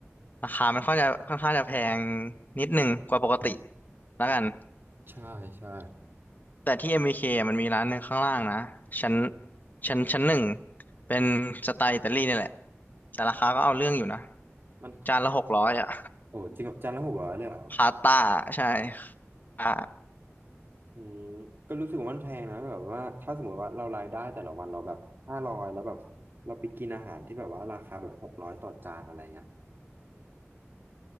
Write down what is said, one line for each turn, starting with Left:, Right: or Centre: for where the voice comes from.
Left: ราคามันค่อนข้างจะค่อนข้างจะแพงนิดหนึ่งกว่าปกติแล้วกัน
Right: ใช่ใช่
Left: แต่ที่ MBK มบีเคมันมีร้านหนึ่งข้างล่างนะชั้นชั้นชั้นหนึ่งเป็นสไตล์อิตาลีนี่แหละแต่ราคาก็เอาเรื่องอยู่นะ
Right: มัน
Left: จานละหกร้อยอะ
Right: โอ้จริงเหรอจานละหกร้อยเลยเหรอ
Left: พาสต้าใช่อ่า
Right: อืมก็รู้สึกว่ามันแพงนะแบบว่าถ้าสมมติว่าเรารายได้แต่ละวันเราแบบห้าร้อยแล้วแบบเราไปกินอาหารที่แบบว่าราคาแบบหกร้อยต่อจานอะไรเงี้ย